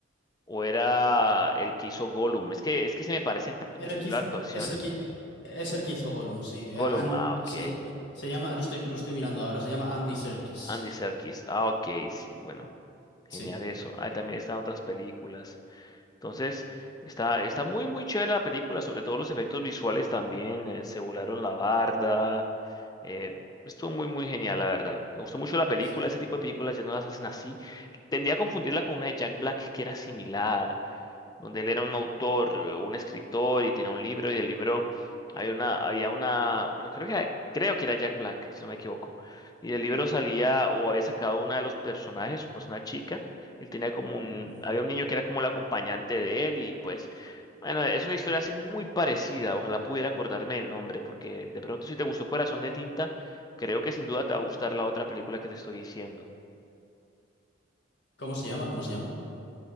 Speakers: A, on the left; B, on the left.
A: o era el que hizo Gollum. Es que, es que se me parecen tanto
B: Era el que
A: la
B: hiz-
A: actuación.
B: es el que, es el que hizo Gollum, sí. Eh,
A: Gollum,
B: An-
A: ah, ok.
B: se, llama, se llama- lo estoy, lo estoy mirando ahora, se llama Andy Serkis.
A: Andy Serkis, ah, ok, sí, bueno, genial
B: Sí,
A: eso. Ah, también están otras películas. Entonces, está, está muy, muy chévere la película, sobre todo los efectos visuales también, eh, se volaron la barda, eh, estuvo muy, muy genial, la verdad. Me gustó mucho la película,
B: sí.
A: ese tipo de películas ya no las hacen así. Tendía a confundirla con una de Jack Black que era similar donde él era un autor, eh, un escritor y tenía un libro y el libro había una, había una, bueno, creo que era- creo que era Jack Black, si no me equivoco. Y del libro salía o había sacado una de los personajes, pues una chica. Él tenía como un,
B: Ujú.
A: había un niño que era como el acompañante de él y pues, bueno, es una historia así muy parecida. Ojalá pudiera acordarme el nombre porque de pronto si te gustó Corazón de Tinta, creo que sin duda te va a gustar la otra película que te estoy diciendo.
B: ¿Cómo se llama? ¿Cómo se llama?